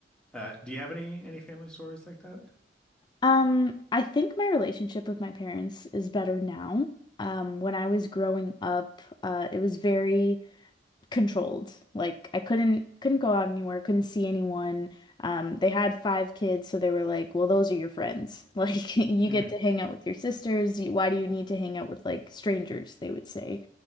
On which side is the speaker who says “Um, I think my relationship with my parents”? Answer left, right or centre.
Left